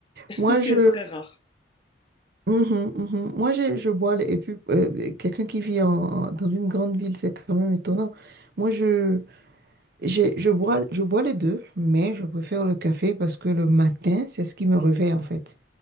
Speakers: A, on the left; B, on the right.
A: <laughs>
B: moi
A: C'est
B: je,
A: très rare.
B: Mhm, mhm. Moi, j'ai- je bois, les- et puis euh, quelqu'un qui vit en- en- dans une grande ville, c'est quand même étonnant. Moi, je, j'ai- je bois, je bois les deux, mais je préfère le café parce que le matin, c'est ce qui me réveille en fait.